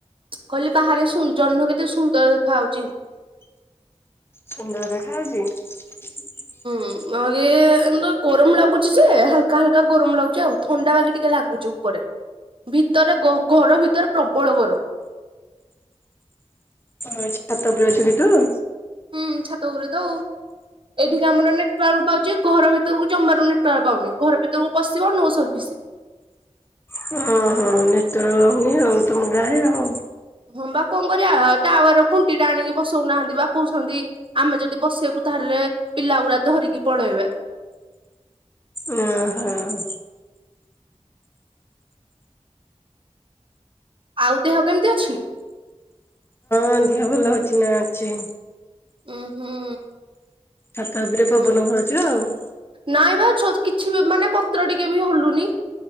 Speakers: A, on the right; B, on the left.
A: କହିଲି ବାହାରେ ସୁ ଜହ୍ନ କେତେ ସୁନ୍ଦର ଦେଖାଆଉଚି।
B: ସୁନ୍ଦର ଦେଖାାଯାଉଛି। <inaudible>
A: ହୁଁ ଆରେ ଆମର ଗରମ ଲାଗୁଚି ଯେ ହାଲକା ହାଲକା ଗରମ ଲାଗୁଚି ଆଉ ଥଣ୍ଡା ବାକି ଟିକେ ଲାଗୁଚି ଉପରେ। ଭିତରେ ବ ଘର ଭିତରେ ପ୍ରବଳ ଗର
B: <unintelligible> ଛାତ ବି ଅଛି ଭିତୁରୁ?
A: ହୁଁ ଛାତ ଉପୁରେ ତ ଆଉ ଏଇଠିକି ଆମର ନେଟୱାର୍କ ପା ଚି ଘର ଭିତରୁକୁ ଜମାରୁ ନେଟୱାର୍କ ପାଉନି ଘର ଭିତରକୁ ପଶିବ ନୋ ସର୍ଭିସି।
B: ହୁଁ ହୁଁ। ହଁ ନେଟୱର୍କ ରହୁନି ଆଉ ତମ ଗାଁରେ ଆଉ।
A: ହଁ ବା କଣ କରିବା ଟାୱାର ଖୁଣ୍ଟି ଟା ଆଣିକି ବସଉନାହାନ୍ତି ବା କହୁସନ୍ତି। ଆମେ ଯଦି ବସେଇବୁ ତାହେଲେ ପିଲା ଗୁଡା ଧରିକି ପଳେଇବେ।
B: ଉଁ ହୁଁ।
A: ଆଉ ଦେହ କେମତି ଅଛି?
B: ହ ଝିଅ ଭଲ ହଉଛି ନା ଅଛି।
A: ଉଁ ହୁଁ।
B: ଛାତ ଉପରେ
A: ହୁଁ।
B: ପବନ ଖାଉଛୁ ଆଉ।
A: ନାଇଁ ବା ଛୋ କିଛି ମାନେ ପତ୍ର ଟିକେ ବି ହଲୁନି।